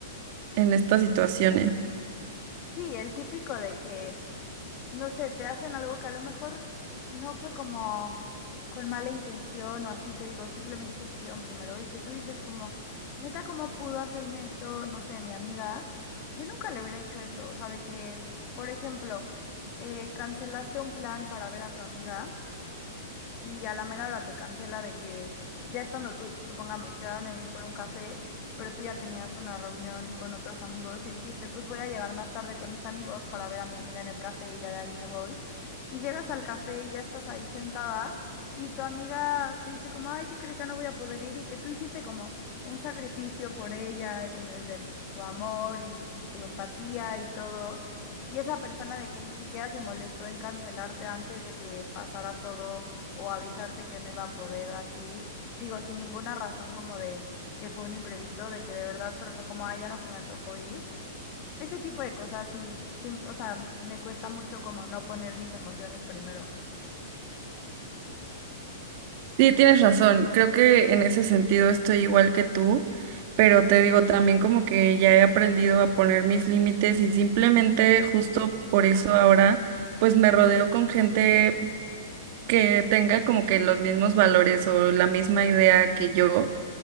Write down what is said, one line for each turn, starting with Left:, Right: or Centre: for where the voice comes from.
Right: en estas situaciones.
Left: Sí, el típico de que No sé, te hacen algo que a lo mejor no fue como con mala intención o así, te digo, simplemente se pusieron primero y que tú dices como, neta, ¿cómo pudo hacerme esto? No sé, mi amiga. Yo nunca le hubiera hecho eso, o sea, de que, por ejemplo, eh, cancelaste un plan para ver a tu amiga y a la mera hora te cancela de que ya estando tú, supongamos, quedaron en ir por un café, pero tú ya tenías una reunión con otros amigos y dijiste, pues voy a llegar más tarde con mis amigos para ver a mi amiga en el café y ya de ahí me voy. Y llegas al café y ya estás ahí sentada y tu amiga te dice como, ay, ¿qué crees? Ya no voy a poder ir y que tú hiciste como un sacrificio por ella, eh, como desde tu amor y, y tu empatía y todo. Y esa persona de que ni siquiera se molestó en cancelarte antes de que pasara todo o avisarte que no iba a poder o así. Digo, sin ninguna razón como de que fue un imprevisto, de que de verdad solo fue como, ay, ya no se me antojó ir. Ese tipo de cosas sí, sí, o sea, me cuesta mucho como no poner mis emociones primero.
Right: Sí, tienes razón, creo que en ese sentido estoy igual que tú, pero te digo también como que ya he aprendido a poner mis límites y simplemente justo por eso ahora pues me rodeo con gente que tenga como que los mismos valores o la misma idea que yo,